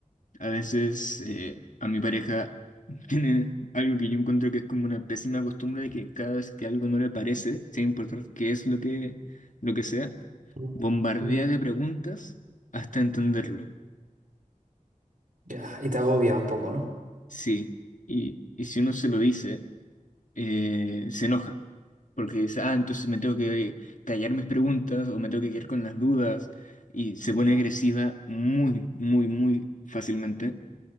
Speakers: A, on the left; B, on the right.
A: A veces eh, a mi pareja <laughs> tiene algo que yo encuentro que es como una pésima costumbre de que cada vez que algo no le parece, sin importar qué es lo que, lo que sea,
B: Ujú,
A: bombardea
B: ujú.
A: de preguntas hasta entenderlo.
B: Ya, y te agobia un poco, ¿no?
A: Sí. Y, y si uno se lo dice, eh, se enoja. Porque dice, ah, entonces me tengo que callar mis preguntas o me tengo que quedar con las dudas. Y se
B: Y
A: pone
B: ya,
A: agresiva muy, muy, muy fácilmente.